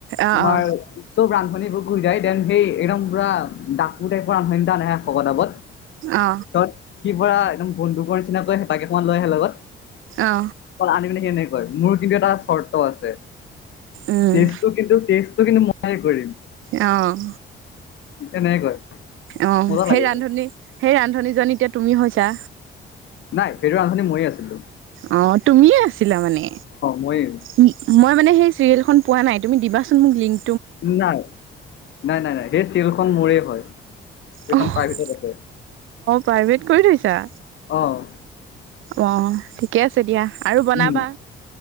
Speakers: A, on the right (about 85°); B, on the left (about 70°).
A: অ
B: তোমাৰ
A: অ
B: চব ৰান্ধনীবোৰ যায় দেন সেই একদম পুৰা ডাকু টাইপৰ ৰান্ধনী এটা আহে শকত আৱত
A: অ
B: ত কি পৰা একদম বন্ধুকৰ নিচিনাকৈ হেতা কেইখনমান লৈ আহে লগত।
A: অ
B: কল আনিকেনে সেনেকে কয়, মোৰ কিন্তু এটা চৰ্ত আছে।
A: উম
B: টেষ্টটো কিন্তু- টেষ্টটো কিন্তু ময়ে কৰিম।
A: অ'।
B: তেনেকে কয়
A: অ'
B: মজা
A: সেই
B: লাগে
A: ৰান্ধনী সেই ৰান্ধনীজন এতিয়া তুমি হৈছা।
B: নাই, সেইটো ৰান্ধনী মইয়ে আছিলোঁ।
A: অ তুমিয়ে আছিলা মানে
B: মইয়ে
A: ম মই মানে সেই চিৰিয়েলখন পোৱা নাই তুমি দিবাচোন মোক লিংক
B: নাই, নাই - নাই - নাই। সেই ছিৰিয়েলখন মোৰেই হয়। এইখন
A: অ
B: প্ৰাইভেটত আছে।
A: পাৰ্ভেট কৰি থৈছা
B: অ'।
A: অ'। ঠিকে আছে দিয়া, আৰু বনাবা।
B: উম